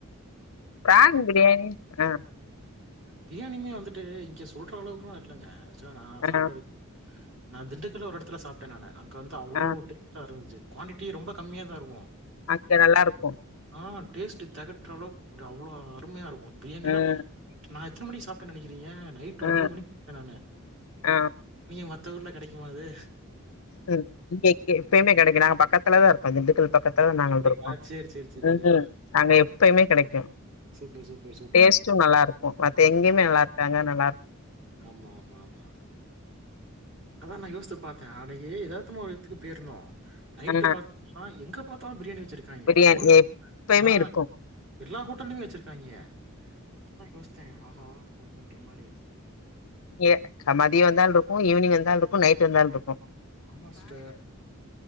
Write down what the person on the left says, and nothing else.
ப்ரான் பிரியாணி ஆ
ஆ
ஆ
அங்க நல்லாருக்கு
ம்
ம்
ஆ
ம் இங்க இங்க எப்பயுமே கெடைக்கு நாங்க பக்கத்துலதா இருக்கோ திண்டுக்கல் பக்கத் துல நாங்கள்ருக்கோ
ம்
அங்க எப்பயுமே கெடைக்கு
டேஸ்ட்டு நல்லாருக்கு மத்த எங்கயுமே நல்லாருக்காத் அங்க நல்லாருக்கு
ஆ
பிரியாணி
எப்பயுமே
இருக்கு
இங்க அ மதியோ வந்தால்ருக்கு ஈவினிங் வந்தால்ருக்கு நைட் வந்தால்ருக்கு